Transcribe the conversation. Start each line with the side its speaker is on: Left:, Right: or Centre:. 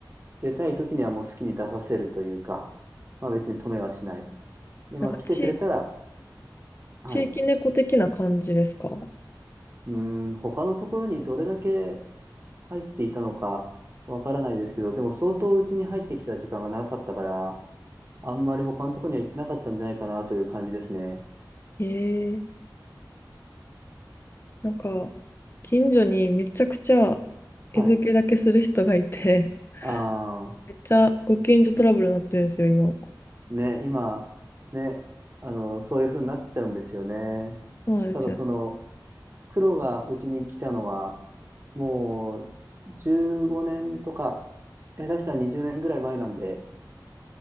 Right: 出たい時にはもう好きに出させるというか、まあ別に止めはしない。で、
Left: なんかち、
Right: まあ来てくれたら、はい。
Left: 地域猫的な感じですか
Right: うーん、他のところにどれだけ入っていたのかわからないですけど、でも相当うちに入ってきた時間が長かったから、あんまり他のところには行ってなかったんじゃないかなという感じですね。
Left: えー、なんか、近所にめちゃくちゃ
Right: はい。
Left: 餌付けだけする人がいて、
Right: ああ、
Left: <laughs> めっちゃご近所トラブルになってるんですよ、今。
Right: ね、今、ね、あの、そういう風になっちゃうんですよね。
Left: そうなんですよね。
Right: ただその、黒がうちに来たのは、もう15年とか、下手したら20年ぐらい前なんで、